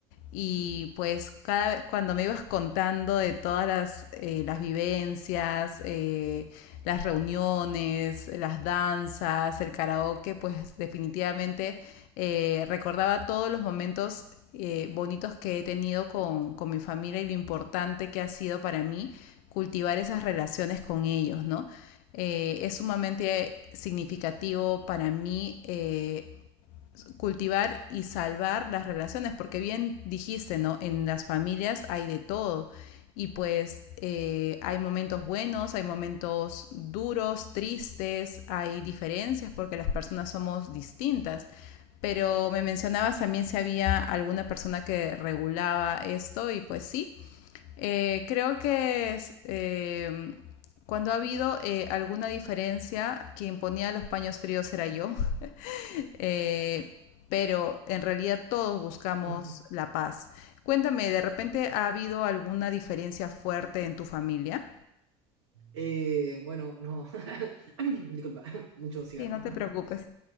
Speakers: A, on the left; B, on the right.
A: Y pues cada, cuando me ibas contando de todas las, eh, las vivencias, eh, las reuniones, las danzas, el karaoke, pues definitivamente eh, recordaba todos los momentos eh, bonitos que he tenido con, con mi familia y lo importante que ha sido para mí cultivar esas relaciones con ellos, ¿no? Eh, es sumamente significativo para mí eh, cultivar y salvar las relaciones, porque bien dijiste, ¿no? En las familias hay de todo. Y pues eh, hay momentos buenos, hay momentos duros, tristes, hay diferencias porque las personas somos distintas. Pero me mencionabas también si había alguna persona que regulaba esto y pues sí, eh, creo que es, eh, cuando ha habido eh, alguna diferencia, quien ponía los paños fríos era yo. <laughs> Eh, pero en realidad todos buscamos
B: <laughs>
A: la paz. Cuéntame, ¿de repente ha habido alguna diferencia fuerte en tu familia?
B: Eh, bueno, no, <laughs> disculpa, <laughs> mucho cigarro.
A: Sí, no te preocupes.